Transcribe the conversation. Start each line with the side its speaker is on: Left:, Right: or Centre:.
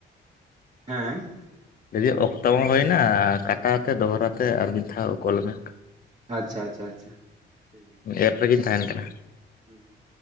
Right: ᱦᱮᱸ
Left: ᱞᱮᱫᱤᱧ ᱚᱠᱛᱚ ᱦᱚᱸ ᱦᱩᱭᱱᱟ ᱠᱟᱴᱟᱛᱮ ᱫᱚᱦᱚᱨᱟ ᱛᱮ ᱟᱨ ᱢᱤᱫ ᱫᱷᱟᱣ ᱠᱚᱞ ᱢᱮ
Right: ᱟᱪᱪᱷᱟ ᱟᱪᱪᱷᱟ ᱟᱪᱪᱷᱟ ᱴᱷᱤᱠ ᱜᱮᱭᱟ
Left: ᱱᱤᱭᱟᱹ ᱮᱯ ᱨᱮᱜᱮᱧ ᱛᱟᱦᱮᱱ ᱠᱟᱱᱟ
Right: ᱦᱩᱸ